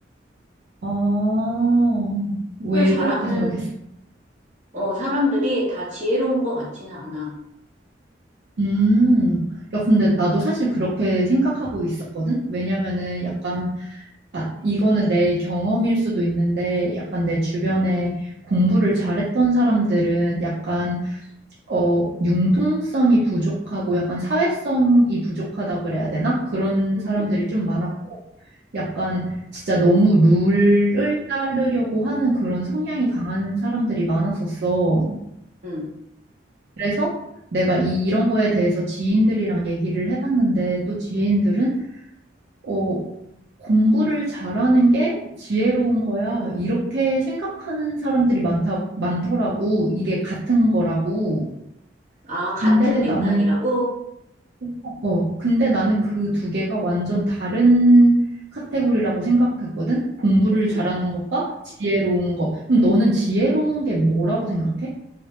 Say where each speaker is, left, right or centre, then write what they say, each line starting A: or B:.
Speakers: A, on the right; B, on the right.
A: 아, 왜
B: 공부를 음, 잘하는
A: 그렇게 생각했어?
B: 어, 사람들이 다 지혜로운 것 같지는 않아.
A: 음, 야, 근데 나도 사실 그렇게 생각하고 있었거든? 왜냐면은 약간, 아, 이거는 내 경험일 수도 있는데, 약간 내 주변에 공부를 잘했던 사람들은 약간, 어, 융통성이 부족하고 약간 사회성이 부족하다 그래야 되나? 그런
B: 음,
A: 사람들이 좀 많았고, 약간 진짜 너무 룰을 따르려고 하는 그런 성향이 강한 사람들이 많았었어.
B: 음.
A: 그래서 내가 이, 이런 거에 대해서 지인들이랑 얘기를 해봤는데 또 지인들은 어, 공부를 잘하는 게 지혜로운 거야. 이렇게 생각하는 사람들이 많다, 많더라고. 이게 같은 거라고.
B: 아, 같은
A: 근데
B: 맥락이라고?
A: 나는, 어, 근데 나는 그 두 개가 완전 다른 카테고리라고 생각했거든. 공부를
B: 음.
A: 잘하는 것과 지혜로운 것. 그럼 너는 지혜로운 게 뭐라고 생각해?